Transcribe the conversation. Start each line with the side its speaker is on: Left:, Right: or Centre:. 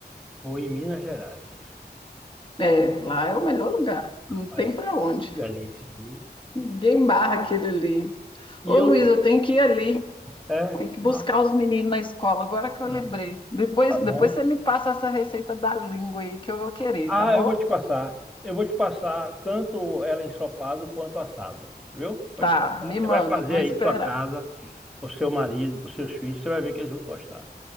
Centre: foi em Minas Gerais.
Left: É, lá é o melhor lugar.
Centre: Rapaz,
Left: Não tem para onde.
Centre: que delícia. viu?
Left: Ninguém barra aquele ali.
Centre: E
Left: Ô,
Centre: eu,
Left: Luiz, eu tenho que ir ali.
Centre: é,
Left: Tem que
Centre: mas
Left: buscar os meninos na escola, agora que eu lembrei.
Centre: ah,
Left: Depois,
Centre: tá bom.
Left: depois você me passa essa receita da língua aí que eu vou querer,
Centre: Ah,
Left: tá bom?
Centre: eu vou te passar. Eu vou te passar tanto ela ensopado quanto assado, viu? Vou
Left: Tá,
Centre: te passar.
Left: me
Centre: Você
Left: manda,
Centre: vai fazer
Left: eu vou
Centre: aí
Left: esperar.
Centre: tua casa, pro seu marido, pros seus filhos, você vai ver que eles vão gostar.